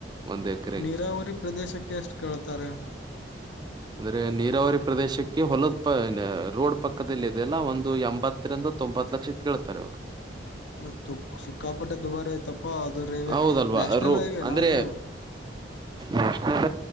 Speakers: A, on the right; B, on the left.
A: ಒಂದ್ ಎಕರೆಗೆ
B: ನೀರಾವರಿ ಪ್ರದೇಶಕ್ಕೆ ಎಷ್ಟು ಕೇಳ್ತಾರೆ
A: ಅಂದ್ರೆ ನೀರಾವರಿ ಪ್ರದೇಶಕ್ಕೆ ಹೊಲದ ಪ ರೋಡ್ ಪಕ್ಕದದಲ್ಲಿ ಇದೆಲ್ಲ ಒಂದು ಇದು ಎಂಬತ್ತರಿಂದ ತೊಂಬತ್ ಲಕ್ಷ ಕೇಳ್ತಾರೆ ಅವ್ರು
B: ತ್ತುು ಸಿಕ್ಕಾಪಟ್ಟೆ ದುಬಾರಿ ಆಐ್ತಪ್ಪಾ ಅದು ರೈವೆ
A: ಹೌದಲ್ವಾ
B: ನ್ಯಾಷನಲ್
A: ರು
B: ಹೈವೇನಾ
A: ಅಂದ್ರೆ
B: ಅದು
A: ನ್ಯಾಷನಲ್